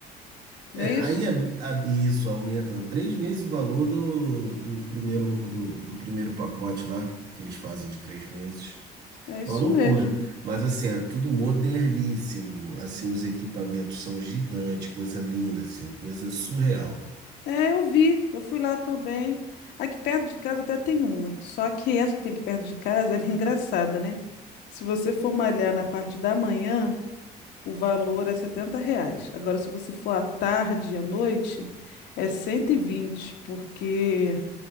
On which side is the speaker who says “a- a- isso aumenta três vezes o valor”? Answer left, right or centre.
Right